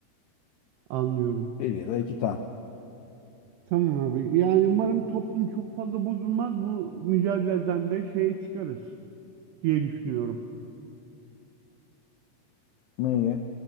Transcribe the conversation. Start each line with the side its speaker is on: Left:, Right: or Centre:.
Right: anlıyorum.
Left: Bir ya da iki tane.
Right: Tamam abi. Yani umarım toplum çok fazla bozulmaz. Bu mücadeleden de şey çıkarız diye düşünüyorum.
Left: Neyi?